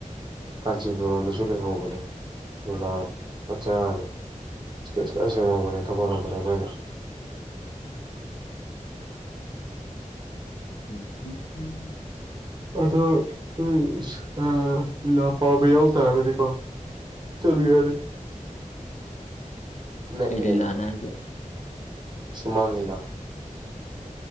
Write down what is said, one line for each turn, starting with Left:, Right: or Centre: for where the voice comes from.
Right: ꯀꯥꯟꯆꯤꯒꯨꯔꯗꯁꯨ ꯂꯩꯍꯧꯕꯅꯦ ꯂꯤꯂꯥ ꯃꯆꯥꯅ ꯏꯁꯇꯦꯖ ꯀꯟ ꯁꯦꯝꯍꯧꯕꯅꯦ <unintelligible>
Left: <unintelligible>
Right: ꯑꯗꯣ <unintelligible> <unintelligible> ꯑꯂꯥ ꯄꯥꯕ ꯌꯥꯎ ꯇꯥꯔꯒꯗꯤꯀꯣ <unintelligible> ꯅꯛ
Left: ꯀꯩ
Right: ꯑꯦꯕ
Left: ꯂꯤꯂꯥꯅꯣ ꯍꯥꯏꯁꯦ
Right: ꯁꯨꯃꯥꯡ ꯂꯤꯂꯥ